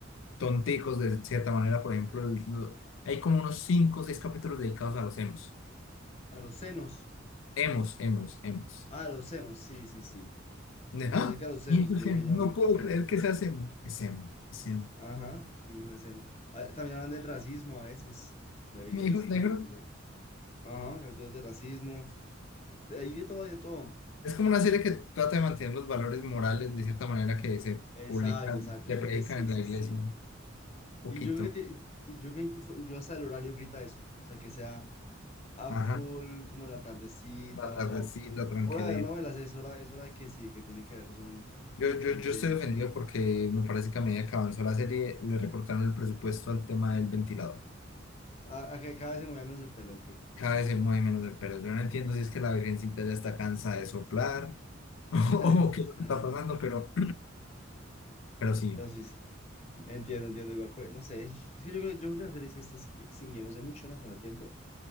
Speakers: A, on the left (about 75°); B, on the left (about 30°).
A: tonticos de cierta manera. Por ejemplo, el- lo- hay como unos 5 o 6 capítulos dedicados a los emos.
B: A los senos.
A: Emos, emos, emos.
B: Ah, los senos, sí, sí, sí.
A: Ne-
B: Pues
A: ¡Ah!
B: Yo pensé que a los senos
A: Y pues
B: y yo dije,
A: emo,
B: yo
A: No
B: no,
A: puedo
B: pero cállate.
A: creer que sea emo. Es emo, es emo.
B: Ajá, mi hijo es emo. Ah, También hablan del racismo a veces. Lo He
A: Mi
B: he
A: hijo
B: visto
A: es negro.
B: como capítulos de... Ajá, capítulos de racismo. De ahí de todo, de todo.
A: Es como una serie que trata de mantener los valores morales de cierta manera que se
B: Exacto,
A: publican,
B: exacto.
A: le
B: Yo siento
A: predican
B: que sí, sí,
A: en la iglesia.
B: sí.
A: Un poquito.
B: Y yo creo que, ti- y yo creo que incluso, incluso hasta el horario grita eso. O sea, que sea a
A: Ajá.
B: full, como en la tardecita,
A: la
B: como...
A: tranquilidad.
B: Hora de ver novelas, es hora, es hora de que sí, que tiene que verlo, son
A: Yo, yo,
B: gente...
A: yo estoy ofendido porque me parece que a medida que avanzó la serie le recortaron el presupuesto al tema del ventilador.
B: A, a que cada vez se mueva menos el pelo, ¿o qué?
A: Cada vez se mueve menos el pelo. Yo no entiendo si es que la virgencita ya está cansada de soplar <laughs> o
B: <laughs>
A: qué es lo que está pasando,
B: <laughs>
A: pero, pero sí.
B: Pero sí, entiendo, entiendo. Igual, pues, no sé. Es que yo creo, yo creo que la serie sí está extinguiéndose mucho, ¿no? Con el tiempo.